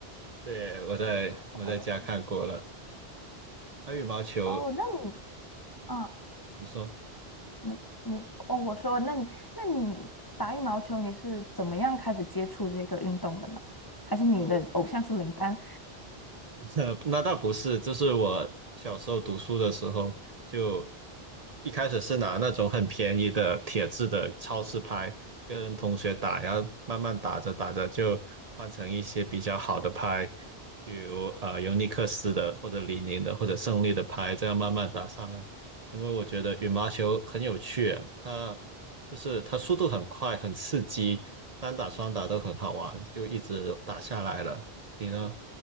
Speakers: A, on the right (about 40°); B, on the left (about 25°).
A: 对，我在我在家看过了，
B: 我的
A: 打羽毛球，
B: 哦，那你嗯，
A: 你说？
B: 你你哦，我说，那你那你打羽毛球你是怎么样开始接触这个运动的呢？还是你的偶像是林丹？
A: 哦。<laughs> 呃那倒不是，就是我小时候读书的时候，就一开始是拿那种很便宜的铁质的超市拍跟同学打，然后慢慢打着打着就换成一些比较好的拍，比如呃尤尼克斯的或者李宁的或者胜利的拍，这样慢慢打上来。因为我觉得羽毛球很有趣，它就是它速度很快，很刺激，单打双打都很好玩，就一直打下来了。你呢？